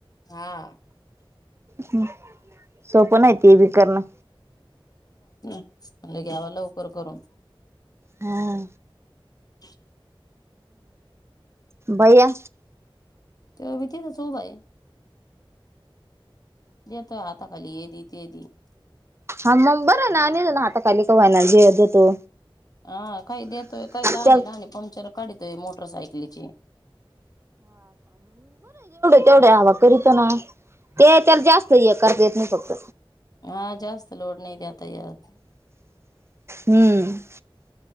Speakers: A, on the left; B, on the right.
A: हां
B: हम्म सोपं नाही ती ते बी करणं
A: म्हटले घ्यावा लवकर करून
B: हा
A: ह
B: बया.
A: तो बी तिथं च उभा ये. देतोय हाता खाली ये दी ते दी
B: हा मग बरं ना आणि ना हाता खाली कवाय ना जे देतो
A: हा काही देतोय काही लहाणी-लहाणी
B: त्या
A: पंक्चर काढीतोय मोटरसायकीलीचे
B: तेवढ्या हवा करीतो ना! ते तर, जास्त हे करता येत नाही फक्त.
A: हा, जास्त लोड नाही देता येत.
B: हम्म.